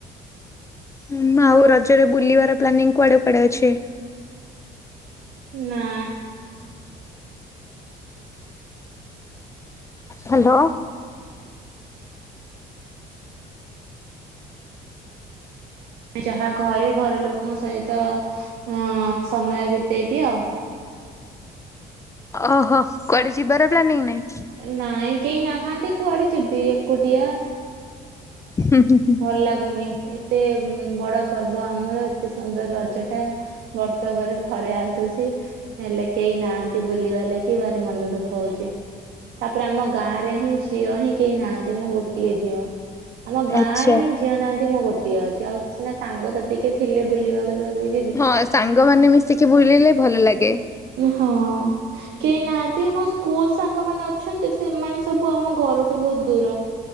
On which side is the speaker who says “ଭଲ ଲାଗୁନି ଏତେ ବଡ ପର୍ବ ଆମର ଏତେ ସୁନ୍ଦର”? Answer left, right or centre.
Right